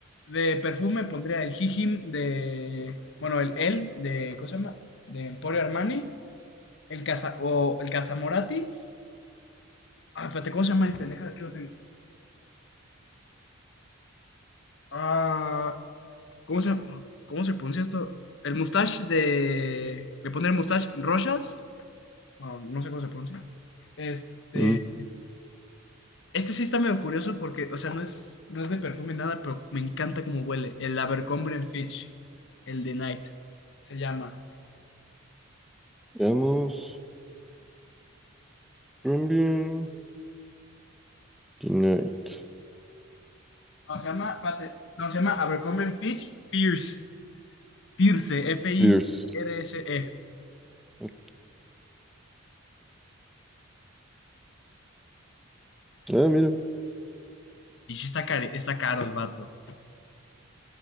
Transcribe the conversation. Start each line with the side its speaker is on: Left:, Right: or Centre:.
Left: de perfume pondría el hijim de, bueno, el El de, ¿cómo se llama? De Emporio Armani, el Casa, o el Casamorati. Ah, espérate, ¿cómo se llama este? Deja, aquí lo tengo. Ah, ¿Cómo se, cómo se pronuncia esto? El mustache de. De poner mustache Rochas. Bueno, no sé cómo se pronuncia. Este.
Centre: Mm,
Left: Este sí está medio curioso porque, o sea, no es, no es de perfume nada, pero me encanta cómo huele. El Abercrombie and Fitch. El de Night. Se llama.
Centre: Veamos. Colombia. Tonight.
Left: No, se llama. espérate, no, se llama Abercrombie and Fitch Fierce. Fierce. F-I-R-S-E.
Centre: Fierce. Ok. Ah, mira.
Left: Y sí está, caro, está caro el vato.